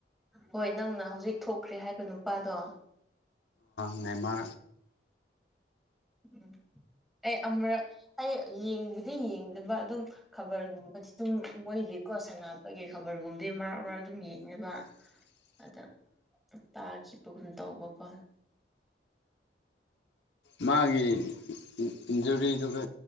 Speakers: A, in the centre; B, on the left (about 80°).
A: ꯍꯣꯏ ꯅꯪꯅ ꯍꯧꯖꯤꯛ ꯊꯣꯛꯈ꯭ꯔꯦ ꯍꯥꯏꯕ ꯅꯨꯄꯥꯗꯣ
B: ꯉꯥꯏꯃ
A: ꯎꯝ ꯑꯩ ꯑꯃꯛ ꯑꯩ ꯌꯦꯡꯕꯗꯤ ꯌꯦꯡꯗꯕ ꯑꯗꯨꯝ ꯈꯕꯔꯒꯨꯝꯕꯗꯤ ꯑꯗꯨꯝ ꯃꯣꯏꯒꯤꯀꯣ ꯁꯥꯟꯅꯕꯒꯤ ꯈꯕꯔꯒꯨꯝꯕꯗꯤ ꯃꯔꯛ ꯃꯔꯛ ꯑꯗꯨꯝ ꯌꯦꯡꯅꯕ
B: ꯎꯝ
A: ꯑꯗ ꯇꯥꯈꯤꯕꯒꯨꯝ ꯇꯧꯕꯀꯣ
B: ꯃꯥꯒꯤꯖꯨꯔꯤꯗꯨ ꯀ